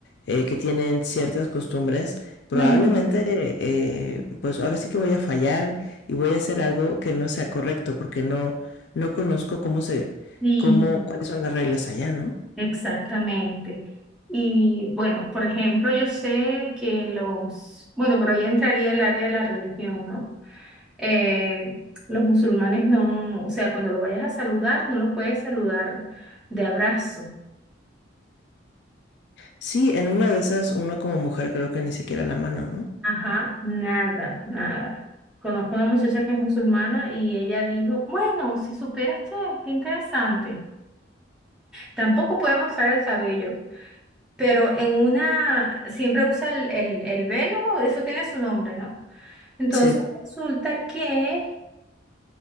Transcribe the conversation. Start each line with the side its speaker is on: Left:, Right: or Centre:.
Left: eh, que tienen ciertas costumbres, probablemente
Centre: Ujú.
Left: eh, pues ahora sí que voy a fallar y voy a hacer algo que no sea correcto porque no, no conozco cómo se,
Centre: Sí.
Left: cómo, cuáles son las reglas allá, ¿no?
Centre: Exactamente. Y bueno, por ejemplo, yo sé que los, bueno, pero ahí entraría el área de la religión, ¿no? Eh, los musulmanes no, o sea, cuando lo vayas a saludar, no los puedes saludar de abrazo.
Left: Sí, en una de esas uno como mujer creo que ni siquiera la mano, ¿no?
Centre: Ajá, nada, nada. Conozco una muchacha que es musulmana y ella dijo, bueno, si supieras que, qué interesante. Tampoco puede mostrar el cabello, pero en una, siempre usa el, el, el velo, eso tiene su nombre, ¿no? Entonces
Left: Sí,
Centre: resulta que